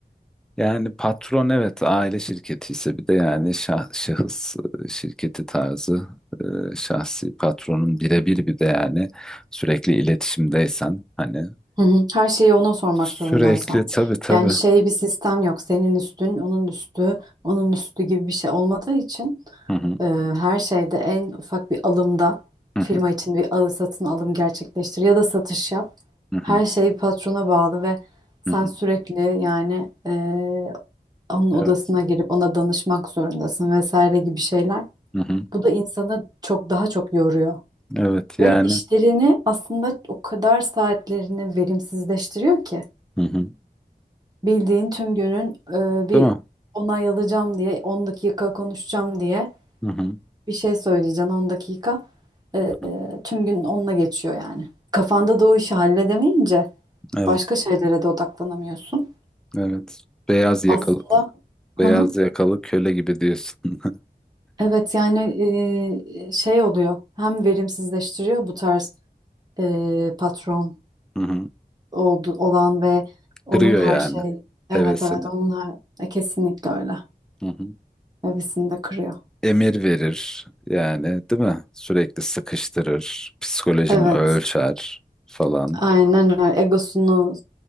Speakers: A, in the centre; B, on the right.
A: Yani patron evet aile şirketi ise bir de yani şah- şahıs e, şirketi tarzı e, şahsi patronun birebir bir de yani sürekli iletişimdeysen hani
B: Hı hı. Her şeyi ona sormak
A: sürekli
B: zorundaysan.
A: tabii tabii.
B: Yani Tabii. şey bir sistem yok. Senin üstün, onun üstü, onun üstü gibi bir şey olmadığı için
A: Hı hı,
B: e, her şeyde en ufak bir alımda
A: hı
B: firma
A: hı,
B: için bir alı satın alım gerçekleştir ya da satış yap.
A: hı hı,
B: Her şey patrona bağlı ve sen
A: hı hı.
B: sürekli yani e, onun odasına
A: Evet.
B: girip ona danışmak zorundasın vesaire gibi şeyler.
A: Hı hı,
B: Bu da insanı çok daha çok yoruyor.
A: evet yani.
B: Ve işlerini aslında o kadar saatlerini verimsizleştiriyor ki.
A: Hı hı.
B: Bildiğin tüm günün e, bir
A: Değil mi?
B: onay alacağım diye on dakika konuşacağım diye
A: Hı hı,
B: bir şey söyleyeceksin 10 dakika. E,
A: hı hı.
B: e, tüm gün onunla geçiyor yani. Kafanda da o işi halledemeyince
A: Evet,
B: başka şeylere de odaklanamıyorsun.
A: evet. Beyaz yakalı
B: Aslında hı
A: beyaz
B: hı.
A: yakalı köle gibi diyorsun. <laughs>
B: Evet yani e, şey oluyor hem verimsizleştiriyor bu tarz e, patron
A: Hı hı.
B: oldu, olan ve onun
A: Kırıyor yani
B: her şey
A: hevesini.
B: evet evet onun her e, kesinlikle öyle.
A: Hı hı.
B: Hevesini de kırıyor.
A: emir verir yani değil mi? Sürekli sıkıştırır, psikolojini
B: Evet.
A: ölçer falan.
B: Aynen öyle. Egosunu